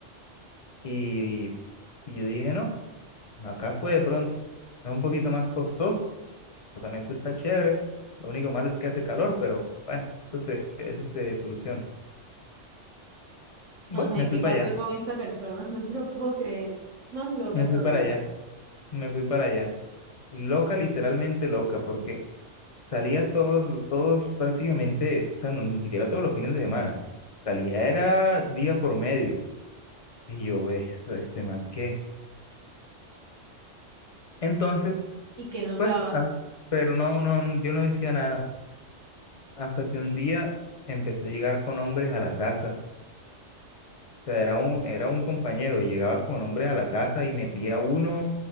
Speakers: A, on the left; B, on the right.
A: Y, y yo dije, no, acá fue de pronto. Es un poquito más costoso, el apartamento está chévere. Lo único malo es que hace calor, pero bueno, eso se, eso se soluciona. Bueno,
B: ajá,
A: me
B: ¿y
A: fui
B: qué
A: para
B: pasó
A: allá,
B: con esta persona? <laughs> No te lo puedo creer, más loca
A: me
B: todavía.
A: fui para allá, me fui para allá. Loca, literalmente loca, porque salía todos, los- todos prácticamente, o sea, no, ni siquiera todos los fines de semana. Salía, era día por medio. Y yo, ve, este man, ¿qué? Entonces,
B: ¿Y qué notabas?
A: pues, ah, pero no, no, yo no decía nada. Hasta que un día empezó a llegar con hombres a la casa. O sea, era un, era un compañero, llegaba con hombres a la casa y metía uno,